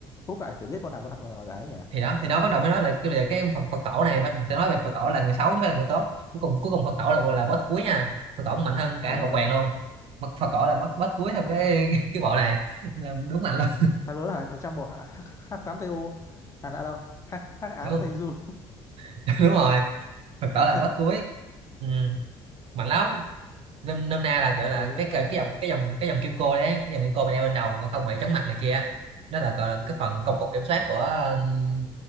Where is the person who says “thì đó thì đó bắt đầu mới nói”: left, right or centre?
Right